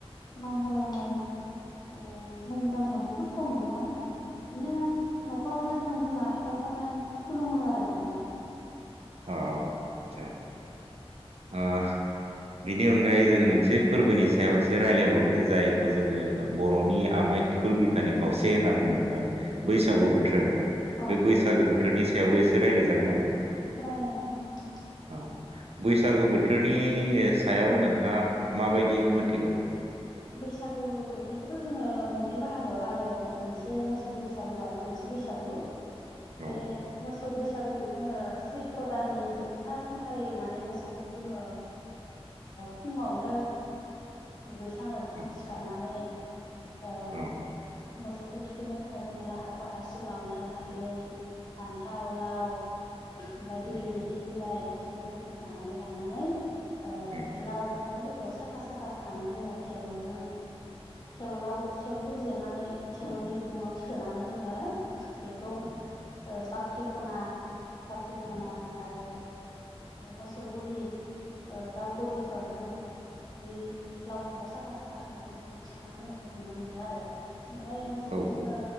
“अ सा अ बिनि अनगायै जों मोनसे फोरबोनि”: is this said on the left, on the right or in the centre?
Right